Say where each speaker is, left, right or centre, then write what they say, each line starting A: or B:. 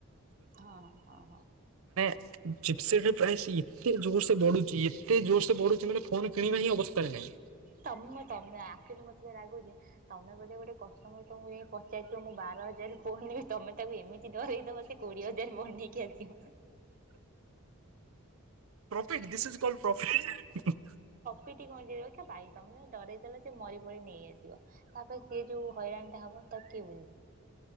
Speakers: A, on the right (about 40°); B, on the right (about 70°).
A: ହଁ ହଁ ହଁ।
B: ଜିପସେଟରେ ପ୍ରାଇସ୍ ଏତେ ଜୋର ସେ ବଢୁଛି! ଏତେ ଜୋର ସେ ବଢୁଛି! ମାନେ ଫୋନ କିଣିବା ହିଁ ଅବସ୍ଥାରେ ନାହିଁ।
A: ତମେ ତମେ, ଆଖିରି ମୋତେ ଯାହା ଲାଗୁଛି! ତମେ ବୋଧେ, ଗୋଟେ କଷ୍ଟମର ତମକୁ ଯାଇ ପଚାରିଥିବ ମୁଁ ବାର ହଜାର ପୁଣି, ତମେ ତାକୁ ଏମିତି ଡରେଇଦବ ଯେ, କୋଡିଏ ହଜାର ବନେଇକି ଆସିବ।
B: Profit! This is called profit.
A: ପିଠି <unintelligible> ଭାଇ ତମେ ଡରେଇ ଦେଲ ସେ ମରି ପଡି ନେଇ ଆସି ଆସିବ। ତା'ପରେ ସିଏ, ଯୋଉ ହଇରାଣ ଟା ହବ, ତାକୁ କିଏ ବୁଝି